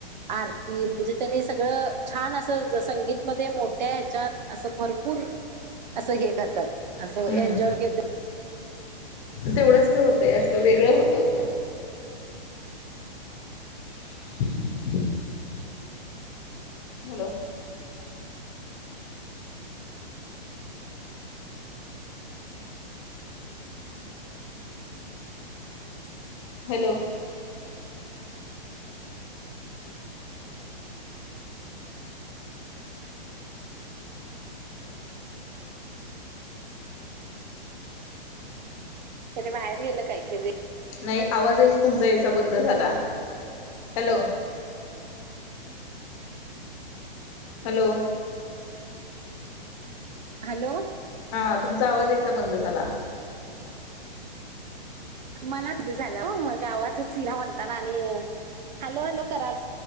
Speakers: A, on the right (about 50°); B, on the left (about 30°).
A: आरती म्हणजे त्यानी सगळं छान असं संगीतमध्ये मोठ्या ह्याच्यात असं भरपूर असं हे करतात. असस
B: हम्म.
A: एइनजॉय केल
B: तेवढंच हे होतंय असं वेगळं होतय ते. <inaudible> हॅलो. हॅलो.
A: त्याने बाहेर गेलं कायकी बाई.
B: नाय आवाजहीच तुमचा याचा बंद झाला, हॅलो. हॅलो.
A: हॅलो.
B: हा तुमचा आवाज यायचा बंद झाला.
A: मलाच झालं हो आवाजच इना म्हणता ना आणि हॅलो हलो कराल